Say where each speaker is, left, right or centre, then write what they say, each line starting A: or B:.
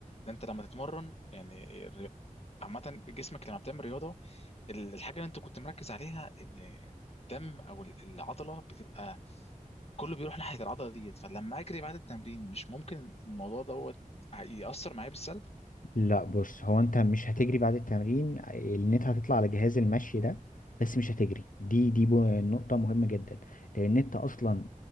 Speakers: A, on the left (about 45°); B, on the left (about 70°).
A: ان انت لما تتمرن يعني الري- عامه جسمك لما بتعمل رياضه ال- الحاجه اللي انت كنت مركز عليها ان الدم او ال- العضله بتبقى كله بيروح ناحيه العضله ديت فلما اجري بعد التمرين مش ممكن الموضوع ده هيأثر معايا بالسلب
B: لا بص هو انت مش هتجري بعد التمرين لان انت هتطلع على جهاز المشي ده بس مش هتجري دي دي بو- نقطة مهمة جدا لان انت اصلا